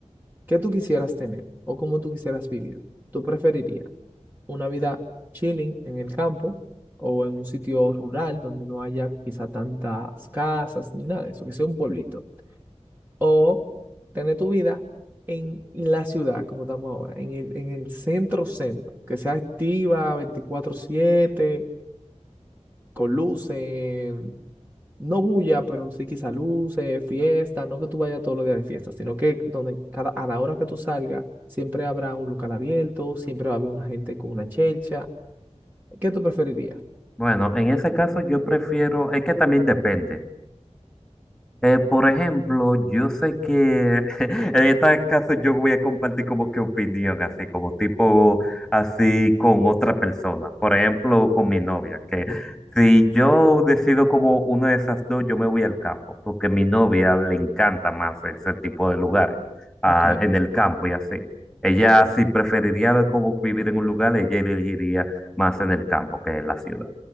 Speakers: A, on the right (about 15°); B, in the centre.
A: ¿qué tú quisieras tener o cómo tú quisieras vivir? ¿Tú preferirías? una vida chilling en el campo o en un sitio rural donde no haya quizá tantas casas ni nada de eso, que sea un pueblito. O tener tu vida en la ciudad, como estamos ahora, en el, en el centro centro, que sea activa veinticuatro siete con luces, no bulla, pero sí quizá luces, fiesta, no que tú vayas todos los días de fiesta, sino que donde cada, a la hora que tú salgas, siempre habrá un local abierto, siempre va a haber una gente con una chelcha. ¿Qué tú preferirías?
B: Bueno, en ese caso yo prefiero, es que también depende. Eh, por ejemplo, yo sé que <laughs> en este caso yo voy a compartir como que opinión, así como tipo así con otra persona. Por ejemplo, con mi novia, que si yo decido como una de esas dos, yo me voy al campo, porque a mi novia le encanta más ese tipo de lugares, ah,
A: Ok,
B: en el campo y así. Ella si preferiría como vivir en un lugar, ella elegiría más en el campo que en la ciudad.